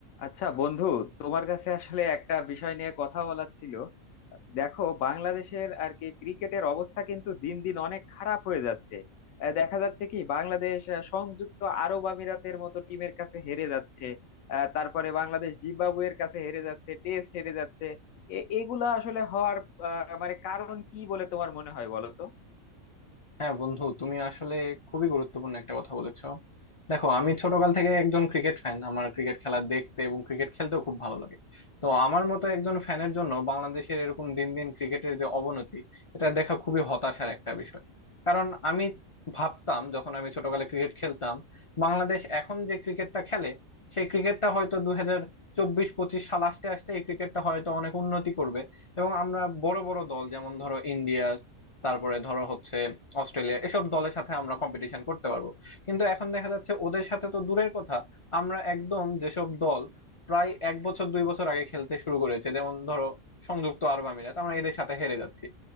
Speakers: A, on the left (about 85°); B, on the left (about 55°).
A: আচ্ছা বন্ধু তোমার কাছে আসলে একটা বিষয় নিয়ে কথা বলার ছিল দেখো বাংলাদেশের আর কি ক্রিকেটের অবস্থা কিন্তু দিন দিন অনেক খারাপ হয়ে যাচ্ছে আহ, দেখা যাচ্ছে কি বাংলাদেশ আহ, সংযুক্ত আরব আমিরাতের মতো টিমের কাছে হেরে যাচ্ছে আহ, তারপরে বাংলাদেশ জিম্বাবুয়ের কাছে হেরে যাচ্ছে টেস্ট হেরে যাচ্ছে এ- এগুলা আসলে হওয়ার আহ, মানে কারণ কি বলে তোমার মনে হয় বলো তো
B: হ্যাঁ বন্ধু তুমি আসলে খুবই গুরুত্বপূর্ণ একটা কথা বলেছো দেখো আমি ছোটকাল থেকে একজন ক্রিকেট ফ্যান আমার ক্রিকেট খেলা দেখতে এবং ক্রিকেট খেলতেও খুব ভালো লাগে তো আমার মতো একজন ফ্যানের জন্য বাংলাদেশের এরকম দিন দিন ক্রিকেটের যে অবনতি এটা দেখা খুবই হতাশার একটা বিষয় কারণ আমি ভাবতাম যখন আমি ছোটকালে ক্রিকেট খেলতাম বাংলাদেশ এখন যে ক্রিকেটটা খেলে সেই ক্রিকেটটা হয়তো দুই হাজার চব্বিশ পঁচিশ সাল আসতে আসতে এই ক্রিকেটটা হয়তো অনেক উন্নতি করবে এবং আমরা বড় বড় দল যেমন ধরো ইন্ডিয়া তারপরে ধরো হচ্ছে অস্ট্রেলিয়া এসব দলের সাথে আমরা কম্পিটিশন করতে পারবো কিন্তু এখন দেখা যাচ্ছে ওদের সাথে তো দূরের কথা আমরা একদম যেসব দল প্রায় এক বছর দুই বছর আগে খেলতে শুরু করেছে যেমন ধরো সংযুক্ত আরব আমিরাত আমরা এদের সাথে হেরে যাচ্ছি